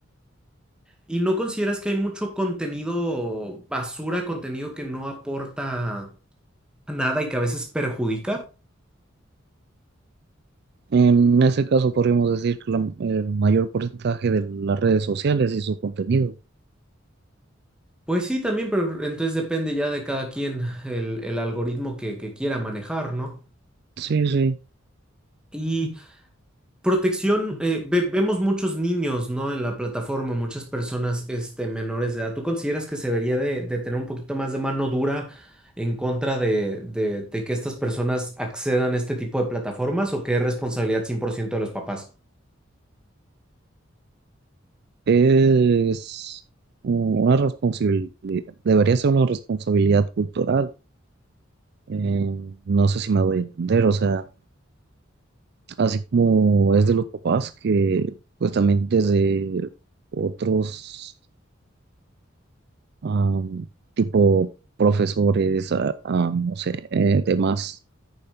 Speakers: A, in the centre; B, on the right (about 55°).
A: ¿Y no consideras que hay mucho contenido basura, contenido que no aporta nada y que a veces perjudica?
B: En ese caso podríamos decir que la- el mayor porcentaje de las redes sociales y su contenido.
A: Pues sí, también, pero entonces depende ya de cada quien el, el algoritmo que, que quiera manejar, ¿no?
B: Sí, sí.
A: y Protección, eh, ve- vemos muchos niños, ¿no? En la plataforma, muchas personas, este, menores de edad. ¿Tú consideras que se debería de, de tener un poquito más de mano dura en contra de, de- de que estas personas accedan a este tipo de plataformas o que es responsabilidad 100% de los papás?
B: Es una responsabilidad, debería ser una responsabilidad cultural Eh, no sé si me voy a entender, o sea, así como es de los papás que pues también desde otros am, tipo profesores, a- a, no sé, eh, demás